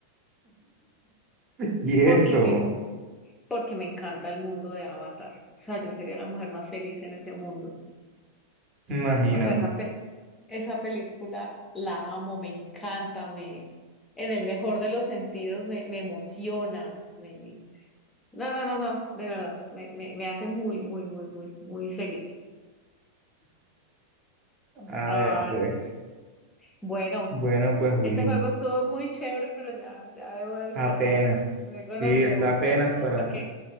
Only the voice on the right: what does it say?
<laughs> Y eso.
Imagínate.
A
ver, pues.
Bueno, pues, Juli.
Apenas.
Sí,
está apenas
para,